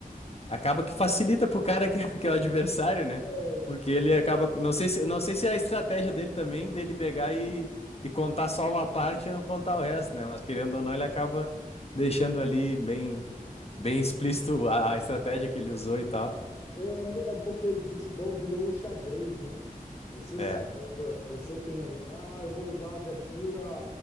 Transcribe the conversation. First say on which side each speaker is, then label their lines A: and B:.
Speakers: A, on the left (about 45°); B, on the left (about 25°).
A: Acaba que facilita pro cara que, <laughs> que é o adversário, né?
B: é,
A: Porque ele acaba. Não sei se, não sei se é a estratégia dele também, dele pegar e, e contar só uma parte e não contar o resto, né? Mas querendo ou não, ele acaba deixando ali bem, bem explícito a, a estratégia que ele usou e tal.
B: é, é porque o futebol virou o xadrez, né? Você
A: É.
B: sabe, né, pô, você tem, o- ah, eu vou usar a abertura